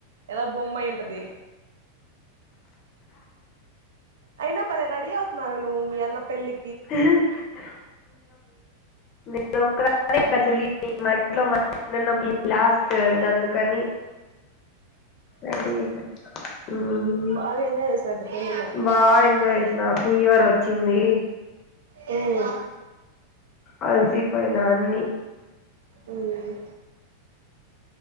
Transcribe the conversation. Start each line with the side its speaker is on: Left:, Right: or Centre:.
Right: ఏదో బొమ్మయి ఉంటది అయినా భలే రెడీ అవుతున్నావే నువు మీ అన్న పెళ్లి
Left: <unintelligible> నేను ఒక దానే చెల్లి మా ఇంట్లో మ ఇళ్లలో పెళ్లి లాస్ట్ ఇంక అందుకని రెడీ అయిపోయి
Right: బాగా ఎంజాయ్ చేసారు అట్ట అయితే
Left: బాగా ఎంజాయ్ చేసిన ఫీవర్ వచ్చింది
Right: హ్మ్
Left: అలిసి పోయినా అన్ని
Right: ఉమ్